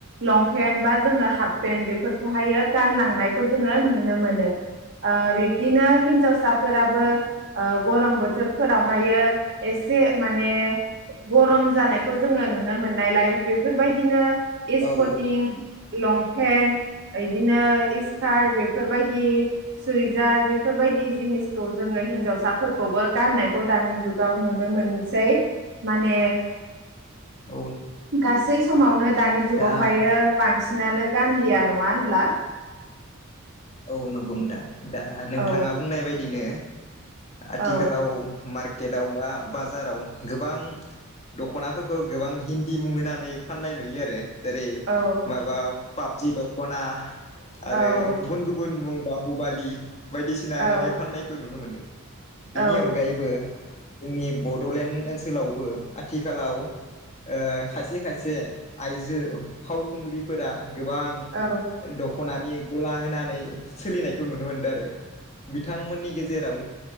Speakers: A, on the right; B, on the left.
A: लं। पेन्ट बा जोङो हाफ पेन्ट बेफोरखौहायो गानलांनायखौ जोङो नुनो मोनो। ओ बिब्दिनो हिन्जावसाफोराबो ओ गरम बोथोरफोरावहायो एसे माने गरम जानायखौ जोङो नुनो मोननायलाय बेफोरबायदिनो एसपर
B: औ
A: तिं लंफेन्ट इदिनो इस्कार्ट बेफोरबायदि सुइजार बेफोरबायदि जिनिसखौ जोङो हिनजावसाफोरखौबो गाननाय खौ दानि जुगाव नुनो मोनसै माने
B: औ
A: गासै समावनो दानि जुगाव
B: दा
A: ओमफायो बांसिन बांसिनानो गानलिया नङा होनब्ला
B: औ नंगौ नोंथां। दा नोंथाङा
A: औ
B: बुंनाय बायदिनो आथिखालाव
A: औ
B: मार्क केटाव मा बाजाराव गोबां दख'नाफोरखौ गोबां हिन्दि मुं होनानै फाननाय नुयो आरो जेरै
A: औ
B: माबा पाबजि दख'ना आरो
A: औ
B: गुबुन गुबुन मुं बाहुुबालि बायदिसिना होननानै
A: औ
B: फाननायखौ नुनो मोनो। बेनि
A: औ
B: अनगायैबो जोंनि बड'लेण्ड ओनसोलावबो आथिखालाव ओ खायसे खायसे आइजो फावखुंग्रिफोरा गोबां
A: औ
B: दख'नानि गला नानै सोलिनायखौ नुनो मोनदों आरो बिथांमोननि गेजेराव